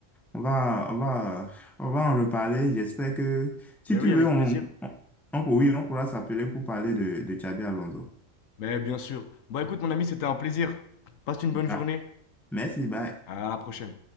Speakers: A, in the centre; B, on the left.
A: On va, on va, on va en reparler. J'espère que si
B: Mais
A: tu
B: oui,
A: veux,
B: avec
A: on,
B: plaisir.
A: on, on- oui, on pourra s'appeler pour parler de, de Xabi Alonso.
B: Mais bien sûr. Bon, écoute, mon ami, c'était un plaisir. Passe une bonne journée.
A: Ah, merci, bye.
B: À la prochaine.